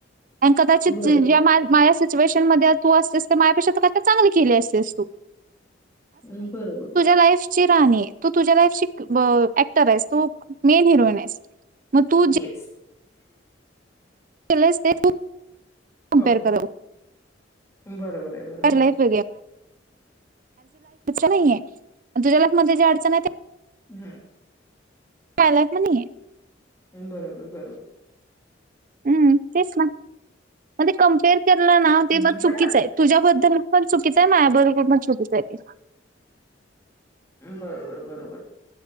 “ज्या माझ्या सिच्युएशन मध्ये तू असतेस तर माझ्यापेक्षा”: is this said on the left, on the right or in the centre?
Right